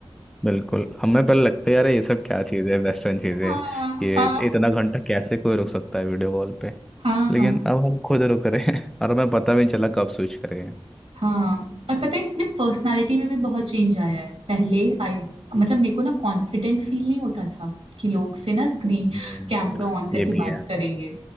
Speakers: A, in the centre; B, on the right.
A: बिल्कुल हमें पहले लगता है यार ये सब क्या चीज़ है वेस्टर्न चीज़
B: हाँ
A: है ये
B: हाँ
A: इतना घंटा कैसे कोई रुक सकता है वीडियो कॉल
B: हाँ
A: लेकिन अब हम खुद रुक रहे हैं <laughs> और हमें पता भी नहीं चला कब स्विच कर गए
B: हाँ और पता है इसमें पर्सनालिटी में भी बहुत चेंज आया है पहले आई मतलब मेरे को ना कॉन्फिडेंट फील नहीं होता था कि लोग से ना स्क्रीन
A: हम्म
B: कैमरा ऑन करके
A: ये
B: बात
A: भी है
B: करेंगे